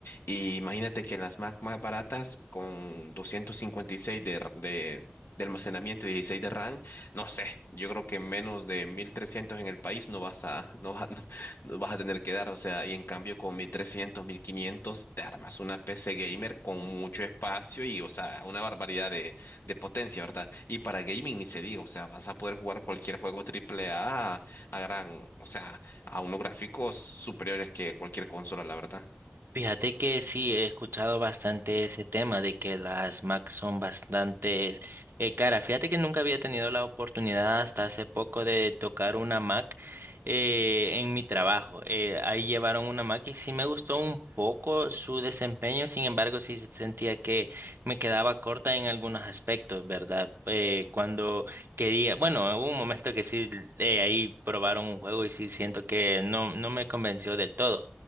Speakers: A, on the left; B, on the right.
A: Y imagínate que las Mac más baratas con 256 de, de de almacenamiento y 16 de RAM, no sé, yo creo que menos de 1300 en el país no vas a, no vas, <laughs> no, no vas a tener que dar. O sea, y en cambio con mil trescientos mil quinientos te armas una PC gamer con mucho espacio y, o sea, una barbaridad de, de potencia, ¿verdad? Y para gaming ni se diga, o sea, vas a poder jugar cualquier juego triple A a gran, o sea, a unos gráficos superiores que cualquier consola, la verdad.
B: Fíjate que sí, he escuchado bastante ese tema de que las Mac son bastante eh, caras. Fíjate que nunca había tenido la oportunidad hasta hace poco de tocar una Mac eh, en mi trabajo. Eh, ahí llevaron una Mac y sí me gustó un poco su desempeño, sin embargo sí sentía que me quedaba corta en algunos aspectos, ¿verdad? Eh, cuando quería, bueno, hubo un momento que sí, eh, ahí probaron un juego y sí siento que no, no me convenció del todo.